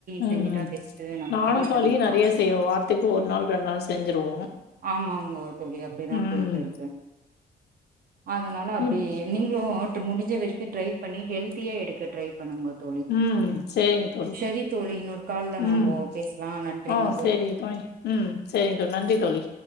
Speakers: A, on the right (about 55°); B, on the left (about 75°).
A: செஞ்சுட்டா
B: ம் ம்
A: பெஸ்ட்டு நம்ம
B: நானு
A: களி
B: களீ
A: பண்ணிக்லா
B: நறைய செய்வோ வார்த்துக்கு ஒரு நாள் ரெண் நாள் செஞ்சிருவோ
A: ஆமாங்க தோழி அப்டிதா
B: ம்
A: போயிட்டு இருக்கு அதனால அப்டி
B: இப்
A: நீங்ளு டு முடுஞ்ச வரைக்கு ட்ரை பண்ணி ஹெல்தியா எடுக்க ட்ரை பண்ணுங்க தோழி
B: ம் சேரி ங்க தோழி
A: சரி தோழி இன்னொரு கால்ல நம்போ
B: ம்
A: பேசலா நன்றிங்க
B: ஆ சேரிக தோழி ம் சேரிங்க தோழி நன்றி தோழி